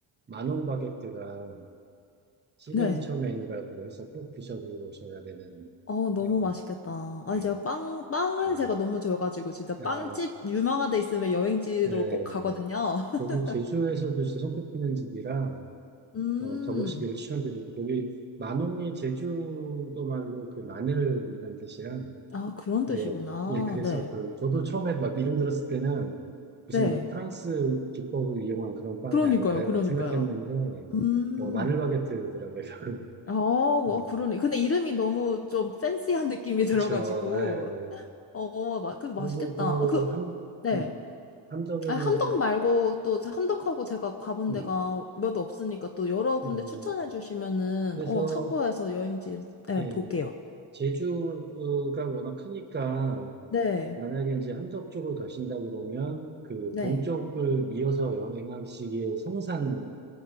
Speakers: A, on the right (about 20°); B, on the left (about 30°).
A: 마농 바게트가 시그니처
B: 네.
A: 메뉴라고 해서 꼭 드셔보셔야 되는,
B: 어, 너무
A: 메뉴.
B: 맛있겠다.
A: 네,
B: 아니, 제가 빵, 빵을
A: 음,
B: 제가 너무 좋아가지고, 진짜
A: 아,
B: 빵집 유명한 데 있으면 여행지로
A: 네.
B: 꼭 가거든요. <laughs>
A: 거기 제주에서도 진짜 손꼽히는 집이라,
B: 음,
A: 어, 가보시기를 추천드리고, 거기, 만홍이 제주도 말로 그 마늘이란 뜻이야.
B: 아, 그런 뜻이구나.
A: 예, 예, 그래서
B: 네,
A: 그, 저도 처음에 막 이름 들었을 때는 무슨
B: 네.
A: 뭐 프랑스 기법을 이용한 그런 빵이
B: 그러니까요,
A: 아닐까라는
B: 그러니까요.
A: 생각했는데,
B: 음,
A: 뭐 마늘 바게트더라고요. <laughs>
B: 아, 와,
A: 음,
B: 그러네. 근데 이름이 너무 좀 팬시한 느낌이 들어가지고,
A: 그쵸, 예. 예, 예.
B: 어, 마, 그 맛있겠다.
A: 그리고 그,
B: 아, 그,
A: 함,
B: 네.
A: 음, 함덕에는
B: 아, 함덕
A: 그,
B: 말고 또 함덕하고 제가 가본
A: 음,
B: 데가 몇 없으니까 또 여러 군데
A: 음,
B: 추천해 주시면은
A: 그래서,
B: 어, 참고해서 여행지 네,
A: 예,
B: 볼게요.
A: 제주가 워낙 크니까,
B: 네.
A: 만약에 이제 함덕 쪽을 가신다 그러면 그
B: 네.
A: 동쪽을 이어서 여행하시기에 성산